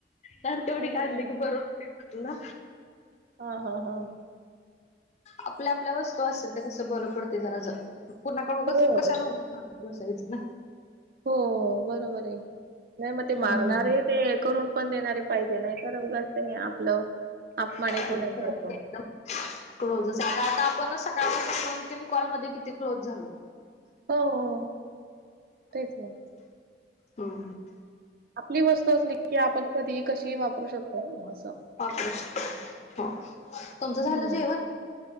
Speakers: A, on the left (about 40°); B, on the right (about 55°).
A: धार तेवढी
B: बरोबर
A: काढली की बरं होतंय. ह ना
B: ह ह हा
A: आपल्या आपल्या वस्तू असतीलल तर कसं बरं पडते जरा पुणाकड उगं
B: हो
A: चक कशाला उगंच मार बायच ना
B: हो बरोबर आहे नाही मग ते
A: हम्म
B: मागणार आहे ते करून पण देणारे पाहिजे नाही तरस आपलं अपमानित
A: अछा
B: होण्यासारखं
A: क्लोजच आता आता आपण सकाळ दोन तीन कॉल मध्ये किती क्लोज झालो
B: हो हो तेच ना
A: होम
B: आपली वस्तू असली की आपण कधी कशी वापरू शकतो असं
A: परेश हो तुमचं
B: हम्म
A: झालं जेवण